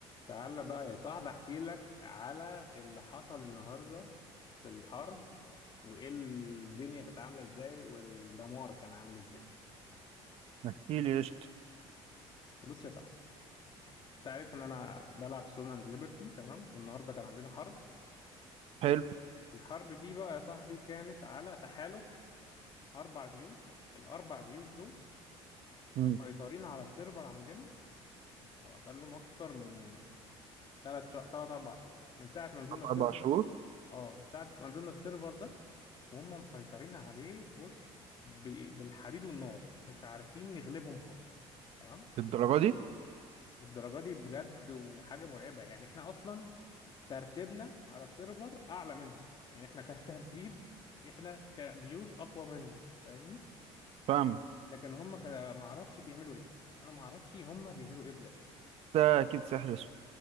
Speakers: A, on the left (about 40°); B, on the right (about 60°).
A: تعالى بقى يا صاحبي احكي لك على اللي حصل النهارده في الحرب وايه الدنيا كانت عامله ازاي والدمار كان عامل ازاي
B: احكي لي قشطة
A: بص يا صاحبي انت عارف ان انا بلعب سون اند ليبرتي تمام والنهارده كان عندنا حرب
B: حلو
A: الحرب دي بقى يا صاحبي كانت على تحالف اربع جيوش الاربع جيوش دول
B: مم.
A: مسيطرين على السيرفر عندنا بقالهم اكتر من ثلاث شهور ثلاث اربع شهور من ساعه ما نزلنا
B: قطع
A: السيرفر
B: أربع شهور
A: ده اه من ساعه ما نزلنا السيرفر ده وهم مسيطرين عليه بص ب- بالحديد والنار مش عارفين نغلبهم خالص تمام
B: للدرجة دي
A: للدرجة دي بجد وحاجة مرعبة يعني احنا اصلا ترتيبنا على السيرفر اعلى منهم يعني احنا <laughs> كترتيب احنا كجيوش اقوى منهم فاهمني
B: فاهمك
A: لكن هم ك... ما اعرفش بيعملوا ايه انا ما اعرفش هم بيعملوا ايه بجد
B: ده أكيد سحر أسود